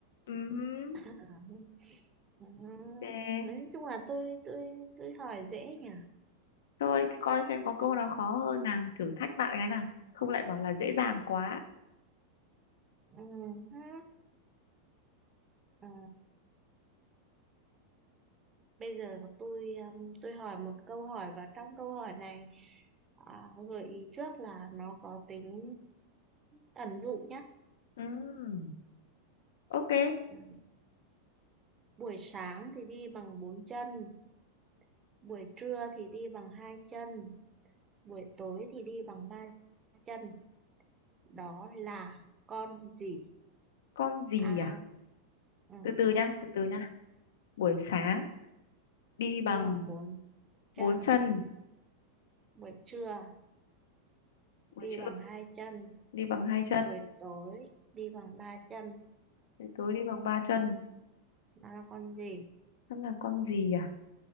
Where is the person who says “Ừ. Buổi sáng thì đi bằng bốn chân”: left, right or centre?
Right